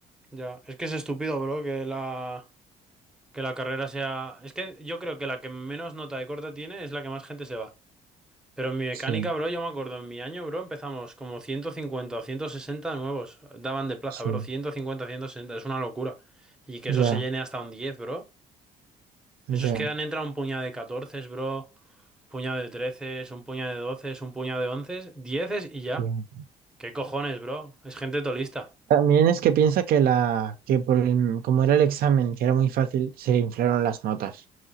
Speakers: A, in the centre; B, on the right.
A: Ya, es que es estúpido, bro, que la... Que la carrera sea... Es que yo creo que la que menos nota de corte tiene es la que más gente se va. Pero en mi mecánica,
B: Sí.
A: bro, yo me acuerdo, en mi año, bro, empezamos como 150 o 160 nuevos. Daban de plaza,
B: Sí,
A: bro, 150, 160 es una locura. Y que
B: ya,
A: eso se llene hasta un diez bro.
B: ya.
A: Eso es que han entrado un puñado de catorce bro, un puñado de 13, un puñado de 12, un puñado de 11, 10 y ya.
B: entiendo.
A: ¿Qué cojones, bro? Es gente tolista.
B: También es que piensa que la, que por el- como era el examen, que era muy fácil, se inflaron las notas.